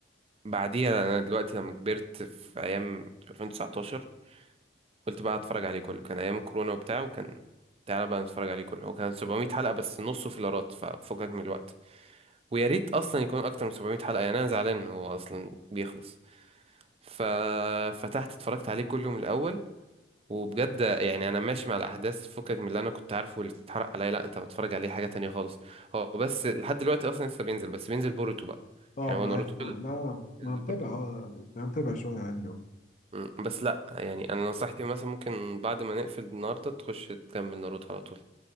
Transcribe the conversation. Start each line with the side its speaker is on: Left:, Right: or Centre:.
Right: بعديها انا دلوقتي لما كبرت في ايام 2019 قلت بقى اتفرج عليه كله كان ايام الكورونا وبتاع وكان تعالى بقى نتفرج عليه كله هو كان 700 حلقة بس نصه فيلرات ففكك من الوقت ويا ريت اصلا يكون اكتر من 700 حلقة يعني انا زعلان إن هو اصلا بيخلص ففتحت اتفرجت عليه كله من الاول وبجد يعني انا ماشي مع الاحداث فكك من اللي انا كنت عارفه واللي اتحرق عليا لا انت متفرج عليه حاجة تانية خالص هو بس لحد دلوقتي اصلا لسه بينزل بس بينزل بوروتو بقى
Left: آه،
Right: يعني
Left: ما
Right: هو
Left: انا
Right: ناروتو
Left: عارف
Right: خلص
Left: ما لا لا لا،
Right: بينزل
Left: ما انا متابع
Right: بوروتو
Left: اه انا متابع شويه يعني
Right: مم. بس لا يعني انا نصيحتي مثلا ممكن بعد ما نقفل النهارده تخش تكمل ناروتو على طول